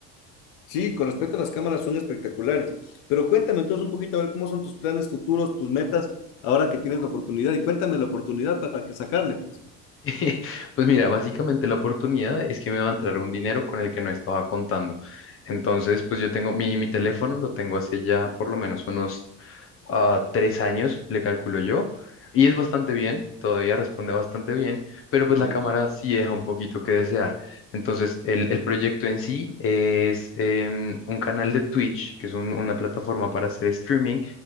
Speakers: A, on the left; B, on the left.
A: Sí, con respecto a las cámaras son espectaculares. Pero cuéntame entonces un poquito a ver cómo son tus planes futuros, tus metas, ahora que tienes la oportunidad. Y cuéntame la oportunidad para que sacarle, pues.
B: <laughs> Pues mira, básicamente la oportunidad es que me va a entrar un dinero con el que no estaba contando. Entonces, pues yo tengo mi, mi teléfono, lo tengo hace ya por lo menos unos ah, tres años, le calculo yo, y es bastante bien, todavía responde bastante bien, pero
A: Ya.
B: pues la cámara sí deja un poquito que desear. Entonces, el, el proyecto en sí es em, un canal de Twitch, que es un- una plataforma para hacer streaming,